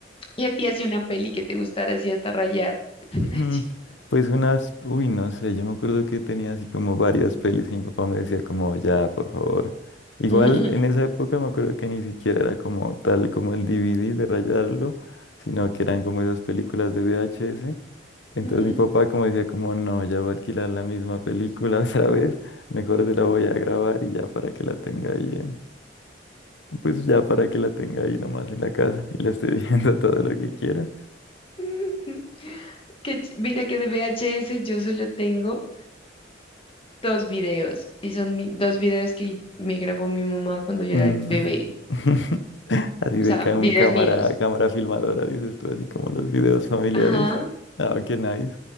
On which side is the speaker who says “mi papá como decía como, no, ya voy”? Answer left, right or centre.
Left